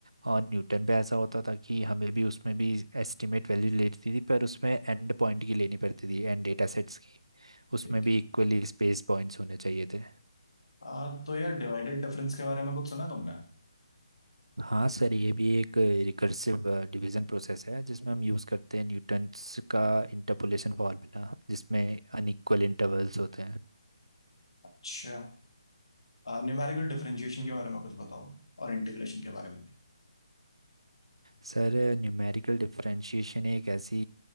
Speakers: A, on the right (about 85°); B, on the left (about 70°).
A: और न्यूटन पे ऐसा होता था कि हमें भी उसमें भी एस्टिमेट वैल्यू लेती थी पर उसमें एंड पॉइंट की लेनी पड़ती थी एंड डेटा सेट्स की उसमें
B: ठीक
A: भी
B: है
A: इक्वली स्पेस पॉइंट्स होने चाहिए थे
B: आ, तो यार डिवाइडेड डिफरेंस के बारे में कुछ सुना है तुमने
A: हाँ सर ये भी एक रिकर्सिव डिवीजन प्रोसेस है जिसमें हम यूज़ करते हैं न्यूटन्स का इंटरपोलेशन फॉर्मूला जिसमें अनइक्वल इंटरवल्स होते हैं
B: अच्छा न्यूमेरिकल डिफरेंशिएशन के बारे में कुछ बताओ और इंटीग्रेशन के बारे में भी
A: सर न्यूमेरिकल डिफरेंशिएशन एक ऐसी